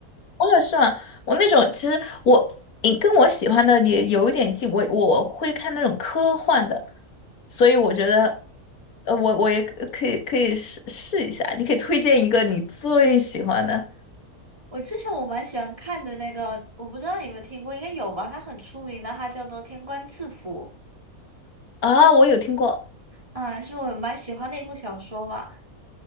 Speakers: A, on the left; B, on the right.
A: 哦，是吗？我那种其实我你跟我喜欢的也有一点近，我我会看那种科幻的，所以我觉得呃，我我也可可以可以试试一下。你可以推荐一个你最喜欢的
B: 我之前我蛮喜欢看的那个，我不知道你有没有听过，应该有吧？它很出名的，它叫做《天官赐福》
A: 啊，我有听过
B: 啊，是我蛮喜欢的一部小说吧。